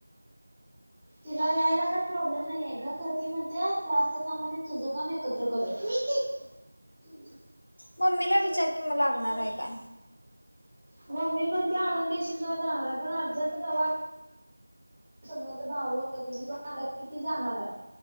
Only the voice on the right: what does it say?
तिला यायला काही प्रॉब्लेम नाही हाय ग. खरं ती म्हणत्या. क्लास काम. आणि तुझं काम. एकत्र करूया. <unintelligible>
मम्मी म्हणत्या. आनून देशील तेव्हा जाणार आहे. पण अर्जंट तवा समोर भाऊ आहे कणी तो आला की ती जाणार आहे.